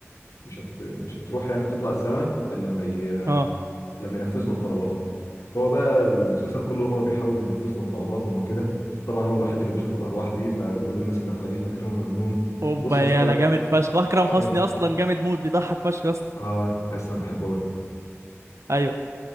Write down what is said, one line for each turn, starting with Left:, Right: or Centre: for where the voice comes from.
Left: مش هت... مش هتروح يعني تطلع السماء إلا لما ي...
Right: اه
Left: لما ينفذ لهم طلباتهم فهو بقى المسلسل كله هو بيحاول ينفذ لهم طلباتهم وكده طبعا هو الوحيد اللي بيشوف الارواح دي فكل الناس اللي حواليه فاكرينه مجنون
Right: اوبا
Left: بص يا
Right: يلا
Left: اسطى
Right: جامد فشخ واكرم حسني
Left: جامد
Right: اصلا جامد موت بيضحك فشخ يا اسطى
Left: اه يا اسطى أنا بحبه قوي
Right: ايوه